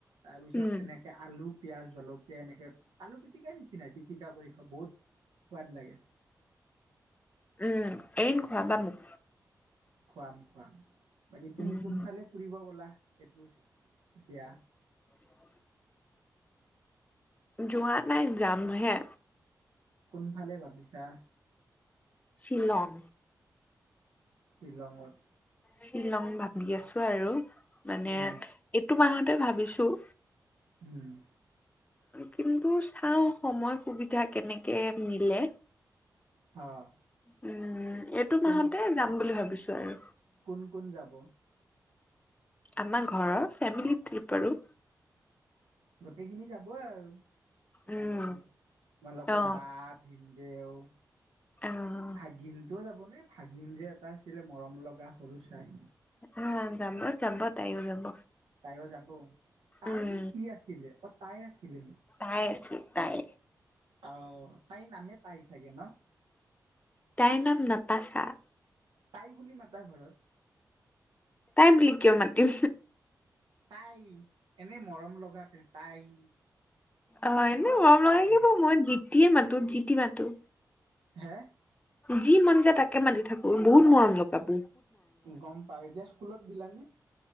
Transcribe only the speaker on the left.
উম
উম, এদিন খোৱাবা মোক।
উম
<inaudible> যোৱা নাই যামহে।
শ্বিলং।
শ্বিলং ভাবি আছোঁ আৰু, মানে
এইটো মাহতে ভাবিছোঁ।
কিন্তু চাওঁ সময় সুবিধা কেনেকে মিলে।
উম, এইটো মাহতে
যাম বুলি ভাবিছোঁ আৰু।
আমাৰ ঘৰৰ ফেমিলি ট্ৰিপ আৰু।
উম
অ
অ'।
অ', যাব, যাব, তাইও যাব।
উম
তাই আছিল, তাই।
তাইৰ নাম নাতাশা।
তাই বুলি কিয় মাতিম?
অ', এনেই মৰম নাগিব,
মই জিতিয়ে মাতো জিতি মাতো।
যি মন যায় তাকে মাতি থাকো, বহুত মৰম লগা ব